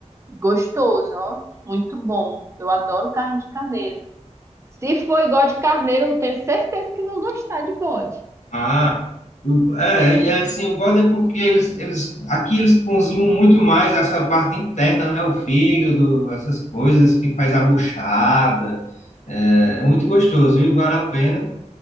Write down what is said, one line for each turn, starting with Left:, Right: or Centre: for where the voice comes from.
Right: gostoso, ó. Muito bom. Eu adoro carne de carneiro. Se for igual de carneiro, eu tenho certeza que vão gostar de bode.
Left: Ah, o- é, e assim, o bode é porque eles, eles, aqui eles cozinham muito mais essa parte interna, né? O fígado, essas coisas que faz a buchada. É, é muito gostoso, viu? Vale a pena.